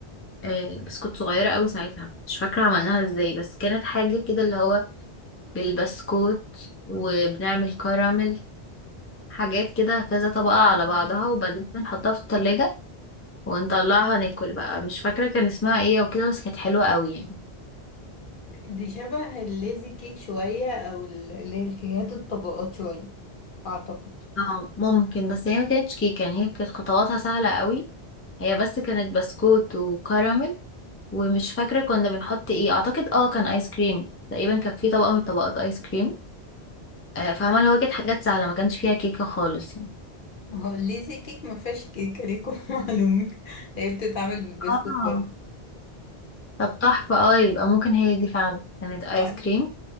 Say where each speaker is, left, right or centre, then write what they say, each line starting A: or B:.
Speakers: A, on the left (about 20°); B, on the left (about 55°).
A: آه، بس كنت صغيرة قوي ساعتها مش فاكرة عملناها ازاي بس كانت حاجة كده اللي هو بالبسكوت وبنعمل كراميل حاجات كده كذا طبقة على بعضها وبعدين بنحطها في التلاجة ونطلعها ناكل بقى مش فاكرة كان اسمها ايه او كده بس كانت حلوة قوي يعني
B: دي شبه الليزي كيك شوية او ال- اللي هي الكيكات الطبقات شوية اعتقد
A: اه ممكن بس هي ما كانتش كيكة يعني هي كانت خطواتها سهلة قوي هي بس كانت بسكوت وكراميل ومش فاكرة كنا بنحط ايه اعتقد اه كان ايس كريم تقريبا كان في طبقة من طبقات ايس كريم آه، فاهمة اللي هو كانت حاجات سهلة ما كانش فيها كيكة خالص يعني
B: ما هو ليزي كيك ما فيهاش كيكه ليكم <laughs> معلومه هي بتتعمل بالبسكوت
A: اه
B: برضه
A: طب تحفة اه يبقى ممكن هي دي فعلا كانت ايس
B: اه
A: كريم